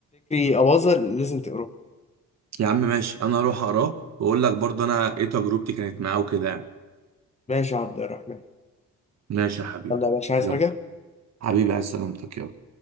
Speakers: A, on the left; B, on the right.
A: أباظة لازم تقراه
B: يا عم ماشي انا هروح اقراه واقول لك برضه انا ايه تجربتي كانت معاه وكده يعني
A: ماشي يا عبد الرحمن
B: ماشي يا حبيبي
A: يلا يا باشا عايز
B: يلا
A: حاجة
B: حبيبي عايز سلامتك يلا